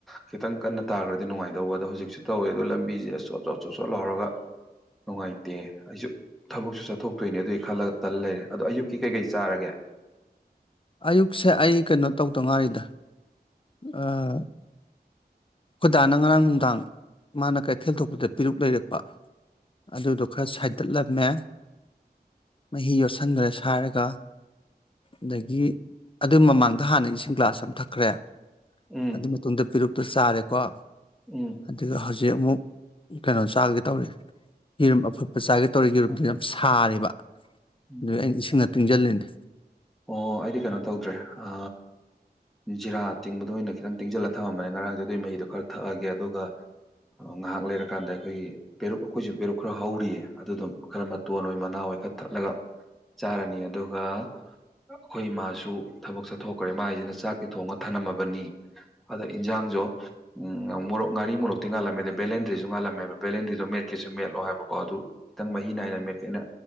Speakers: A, in the centre; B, on the left.
A: ꯈꯤꯇꯪ ꯀꯟꯅ ꯇꯥꯈ꯭ꯔꯗꯤ ꯅꯨꯡꯉꯥꯏꯗꯧꯕ ꯑꯗꯣ ꯍꯧꯖꯤꯛꯁꯨ ꯇꯧꯋꯦ ꯑꯗꯣ ꯂꯝꯕꯤꯁꯦ ꯑ ꯆꯣꯠ ꯆꯣꯠ ꯆꯣꯠ ꯆꯣꯠ ꯂꯥꯎꯔꯒ ꯅꯨꯡꯉꯥꯏꯇꯦ ꯑꯩꯁꯨ ꯊꯕꯛꯁꯨ ꯆꯠꯊꯣꯛꯇꯣꯏꯅꯦ ꯑꯗꯨꯒꯤ ꯈꯜꯂꯒ ꯇꯜ ꯂꯩꯔꯦ ꯑꯗꯣ ꯑꯌꯨꯛ ꯀꯤ ꯀꯩ ꯀꯩ ꯆꯥꯔꯒꯦ
B: ꯑꯌꯨꯛꯁꯦ ꯑꯩ ꯀꯩꯅꯣ ꯇꯧꯗꯉꯥꯏꯔꯤꯗ ꯑꯥ ꯈꯣꯏꯗꯥꯅ ꯉꯔꯥꯡ ꯅꯨꯡꯗꯥꯡ ꯃꯥꯅ ꯀꯩꯊꯦꯜ ꯊꯣꯛꯄꯗ ꯄꯦꯔꯨꯛ ꯂꯩꯔꯛꯄ ꯑꯗꯨꯗꯣ ꯈꯔ ꯁꯥꯏꯗꯠꯂꯝꯃꯦ ꯃꯍꯤ ꯌꯣꯠꯁꯟꯒꯔ‌ꯦ ꯁꯥꯔꯒ ꯑꯗꯒꯤ ꯑꯗꯨ ꯃꯃꯥꯡꯗ ꯍꯥꯟꯅ ꯏꯁꯤꯡ ꯒ꯭ꯂꯥꯁ ꯑꯃ ꯊꯛꯈ꯭ꯔꯦ
A: ꯎꯝ
B: ꯑꯗꯨ ꯃꯇꯨꯡꯗ ꯄꯤꯔꯨꯛꯇꯨ ꯁꯥꯔꯦꯀꯣ
A: ꯎꯝ
B: ꯑꯗꯨꯒ ꯍꯧꯖꯤꯛ ꯑꯃꯨꯛ ꯀꯩꯅꯣ ꯆꯥꯒꯦ ꯇꯧꯔꯤ ꯌꯦꯔꯨꯝ ꯑꯐꯨꯠꯄ ꯆꯥꯒꯦ ꯇꯧꯔꯤ ꯌꯦꯔꯨꯝꯗꯨ ꯌꯥꯝ ꯁꯥꯔꯦꯕ
A: ꯎꯝ
B: ꯑꯗꯨꯒꯤ ꯑꯩ ꯏꯁꯤꯡꯅ ꯇꯤꯡꯖꯜꯂꯤꯅꯦ
A: ꯑꯣ ꯑꯩꯗꯤ ꯀꯩꯅꯣ ꯇꯧꯗ꯭ꯔꯦ ꯑ ꯖꯤꯔꯥ ꯇꯤꯡꯕꯗ‌ꯣ ꯑꯣꯏꯅ ꯈꯤꯇꯪ ꯇꯤꯡꯖꯜꯂ ꯊꯃꯝꯕꯅꯦ ꯉꯔꯥꯡꯖ‌ꯦ ꯑꯗꯨꯏ ꯃꯍꯤꯗꯣ ꯈꯔ ꯊꯛꯑꯒꯦ ꯑꯗꯨꯒ ꯑꯩ ꯉꯥꯍꯥꯛ ꯂꯩꯔꯀꯥꯟꯗ ꯑꯩꯈꯣꯏꯒꯤ ꯄꯦꯔꯨꯛ ꯑꯩꯈꯣꯏꯖꯨ ꯄꯦꯔꯨꯛ ꯈꯔ ꯍꯧꯔꯤꯌꯦ ꯑꯗꯨ ꯑꯗꯨꯝ ꯈꯔ ꯃꯇꯣꯟ ꯑꯣꯏ ꯃꯅꯥ ꯑꯣꯏ ꯈꯔ ꯊꯠꯂꯒ ꯆꯥꯔꯅꯤ ꯑꯗꯨꯒ ꯑꯈꯣꯏ ꯏꯃꯥꯁꯨ ꯊꯕꯛ ꯆꯠꯊꯣꯛꯈ꯭ꯔꯦ ꯃꯥꯥꯏꯖꯤꯅ ꯆꯥꯛꯇꯤ ꯊꯣꯡꯉ ꯊꯅꯝꯃꯕꯅꯤ ꯑꯗ ꯏꯟꯖꯥꯡꯖ‌ꯣ ꯎꯝ ꯃꯣꯔꯣꯛ ꯉꯥꯔꯤ ꯃꯣꯔꯣꯛꯇꯤ ꯉꯥꯜꯂꯝꯃꯦꯗ ꯕꯦꯂꯦꯟꯗ꯭ꯔꯤꯖꯨ ꯉꯥꯜꯂꯝꯃꯦꯕ ꯕꯦꯂꯦꯟꯗ꯭ꫪꯤꯗꯣ ꯃꯦꯠꯀꯦꯖꯨ ꯃꯦꯠꯂ‌ꯣ ꯍꯥꯏꯕꯀꯣ ꯑꯗꯨ ꯈꯤꯇꯪ ꯃꯍꯤ ꯅꯥꯏꯅ ꯃꯦꯠꯀꯦꯅ